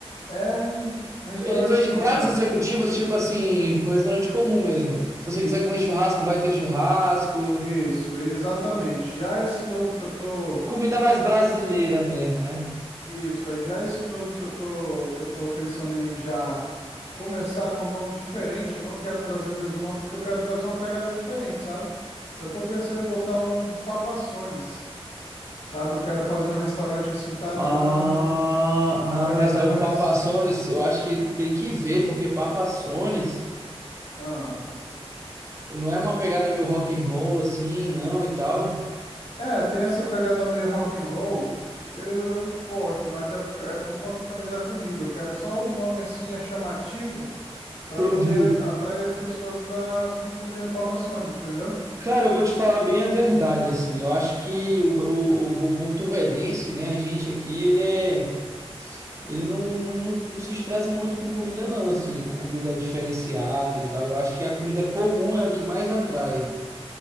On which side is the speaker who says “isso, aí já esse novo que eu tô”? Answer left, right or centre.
Left